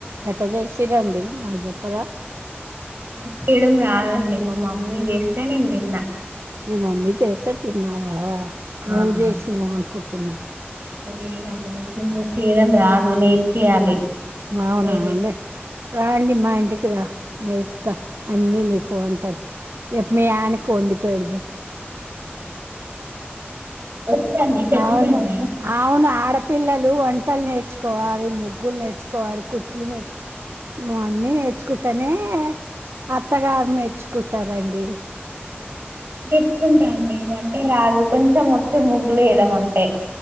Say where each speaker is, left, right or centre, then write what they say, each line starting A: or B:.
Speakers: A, on the right; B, on the right.
A: ఎట్ట జేషిరండి నాగ జపర
B: న చేయడం రాదండి మా మమ్మీ చేస్తే నేను తిన్నా
A: మీ మమ్మీ చేస్తే తిన్నావా
B: ఆ
A: నువ్వు చేసినవ అనుకు తున్నా
B: లేదండి నాకు చేయడం రాదు నేర్పియాలి
A: అవునా
B: మీరే
A: అండి రా అండి మా ఇంటికి రా నేపుతా అన్నీ నీకు వంటలు రేపు మీ ఆయనకు వండిపోడదు
B: వస్తాండి ఖచ్చితంగా
A: అవును అవును ఆడపిల్లలు అం ట్టలు నేర్చువాలి ముగ్గులు నేర్చుకో కోడు కుట్లు మేర్చుకు అన్నీ నేర్చుకుంటానే అత్తగారు మేర్చుకుంటారండి
B: నర్చకుంటా అండీ వ రాదు కొంచెం వచ్చి ముగ్గులు వేయాదం అంటే